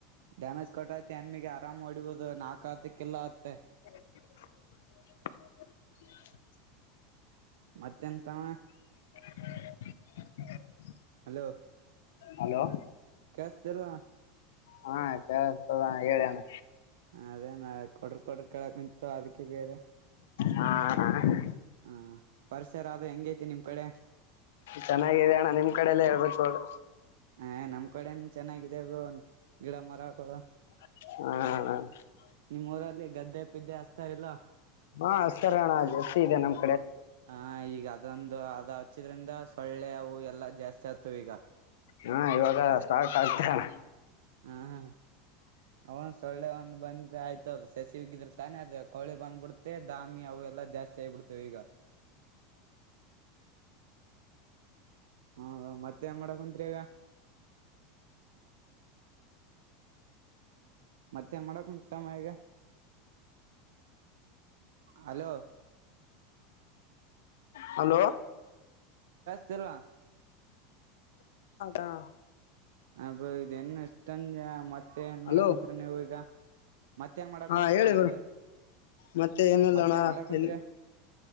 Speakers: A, on the right; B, on the left.
A: ಡ್ಯಾಮೇಜ್ ಕೊಟ್ಟಐತಿ ಹೆಣಮಿಗೆ ಆರಾಮ್ ಹೊಡಿಬಹುದು ನಾಕ ಆತ್ತ ಕಿಲ್ಲ ಆತ್ತ
B: <inaudible> <unintelligible>
A: ಮತ್ತೆ ಏನ್ ತಮ್ಮ
B: <inaudible> <unintelligible>
A: ಹಲೋ
B: ಹಲೋ
A: ಕೆಲ್ಸ ಏನ್ ಇಲ್ಲ ಅಣ್ಣ
B: ಹಾ ಕೆಲಸ್ತಾದ ಹೇಳಿಣ್ಣ
A: ಅದೇ ಏನ ಕೊಡ್ರ ಕೊಡ್ರ ಕೇಳಕ್ಕಂತು ಅದಕ್ಕೆ ಬೇರೆ
B: ಹಾ ಅಣ್ಣ
A: ಹಾ ಪರಿಸರ ಆದ ಹೆಂಗೈತಿ ನಿಮ್ ಕಡೆ
B: ಚೆನ್ನಾಗಾಗಿದೆ ಅಣ್ಣ ನಿಮ್ ಕಡಲ್ಲೇ ಹೇಳ್ಬೇಕು ಇವಾಗ
A: ಹ ನಮ್ ಕಡೆನ್ ಚೆನ್ನಾಗಾಗಿದೆ ಬ್ರೋ ಗಿಡ ಮರಗಳು ಹಾಕೋದು
B: ಹ
A: ನಿಮ್ಮ್ ಊರಲ್ಲಿ ಗದ್ದೆ ಪಿದ್ದೆ ಹಸ್ತಾರಲ್ಲ
B: ಹ ಅಚ್ಚರೆ ಅಣ್ಣ ಜಾಸ್ತಿ ಇದೆ ನಮಗೆ
A: ಹಾ ಈಗ ಅದೊಂದು ಅದು ಹಚ್ಚಿದ್ರಿಂದ ಸೊಳ್ಳೆ ಅವು ಎಲ್ಲಾ ಜಾಸ್ತಿ ಆತವ ಈಗ
B: ಹಾ ಇವಾಗ ಸ್ಟಾರ್ಟ್ ಆಗ್ತಾ ಅಣ್ಣ
A: ಹಾ ಹಾ ಅವನ್ ಕೊಳ್ಳೆ ಒಂದು ಬಂದ ಆಯ್ತು ಅದು ಸಸಿವಗಿದ್ರ ತಾನೇ ಅದು ಕೋಳೆ ಬಂದ್ಬಿಡ್ುತ್ತೆ ದಾಮಿ ಅವು ಎಲ್ಲ ಜಾಸ್ತಿ ಆಗಿಬಿಡ್ುತ್ತೆ ತ್ತೇಗ
B: ಹ
A: ಹಾ ಮತ್ತೆ ಏನ್ ಮಾಡ ಕುಂತ್ರಿ ಇಗ ಮತ್ತೆನ್ ಮಾಡಕ್ ಕುಂತಿ ತಮ್ಮ ಈಗ ಹಲೋ
B: ಹಲೋ
A: ಸರಿ
B: ಅದಾ
A: ಹಬ ಇದ ನ್ ಎಷ್ಟಂದ ಮತ್ತೆ ಏನ್
B: ಹಲೋ
A: ಮಾಡಕಂತರಿ ನೀವ ಈಗ ಮತ್ತೇಏನ್ ಮಾಡಕ್ಂತಪ್ಪಾ
B: ಹಾ ಹೇಳಿ
A: ಅಂದೆ
B: ಬ್ರೋ ಮತ್ತೆ ಏನೀಲ್ಲಣ
A: ಮತ್ತೇನ್ ಮಾಡಕ್ ಕುಂತ್ರಿ
B: ಎಲ್ಲಿ